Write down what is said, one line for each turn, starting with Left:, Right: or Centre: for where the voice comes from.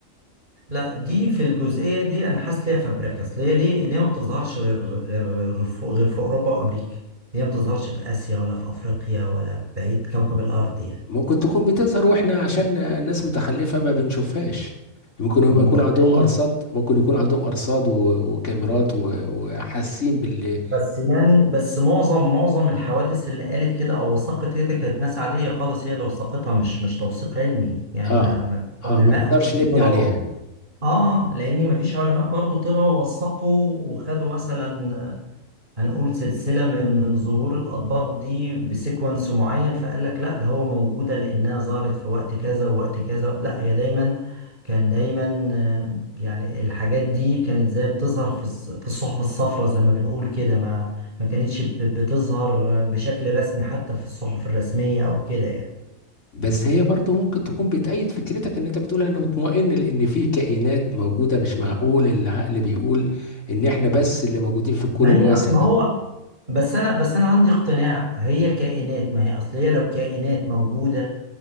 Right: لا دي في الجزئيه دي انا حاسس ليها فابريكاس ليه ليه ليه ما بتظهرش غير غير غير في غير في اوروبا وامريكا ليه ما بتظهرش في اسيا ولا في افريقيا ولا في بقيه كوكب الارض يعني
Left: ممكن تكون بتظهر واحنا عشان الناس متخلفه ما بنشوفهاش ممكن هم
Right: بنطلعها
Left: يكون عندهم ارصاد ممكن يكون عندهم ارصاد و- وكاميرات و- وحاسين بال
Right: بس يعني بس معظم معظم الحوادث اللي قالت كده او وثقت كده كانت ناس عاديه خالص هي اللي وثقتها مش مش توثيق علمي يعني
Left: اه
Right: ما ما فيش
Left: اه
Right: علماء
Left: ما نقدرش
Right: هم
Left: نبني
Right: طلعوا
Left: عليها يعني.
Right: اه لان ما فيش علماء برضو طلعوا وثقوا وخدوا مثلا هنقول سلسلة من من ظهور الأطباق دي بسيكونس معين فقال لك لا ده هو موجودة لأنها ظهرت في وقت كذا ووقت كذا لا هي دايما كان دايما آه، يعني الحاجات دي كانت زي بتظهر في الص- في الصحف الصفراء زي ما بنقول كده ما ما كانتش ب- بتظهر بشكل رسمي حتى في الصحف الرسمية أو كده يعني
Left: بس هي برضو ممكن تكون بتأيد فكرتك ان انت بتقول انا مطمئن لان في كائنات موجودة مش معقول العقل بيقول ان احنا بس اللي موجودين في الكون
Right: ما
Left: الواسع
Right: هي ما
Left: ده
Right: هو بس أنا بس أنا عندي اقتناع هي كائنات ما هي أصل هي لو كائنات موجودة